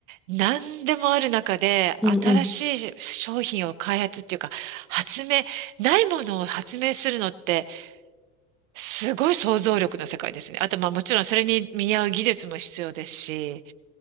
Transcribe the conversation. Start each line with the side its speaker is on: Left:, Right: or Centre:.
Right: 何でもある中で新しい商品を開発っていうか発明ないものを発明するのって
Centre: うんうん
Right: すごい想像力の世界ですね。あとまあもちろんそれに見合う技術も必要ですし。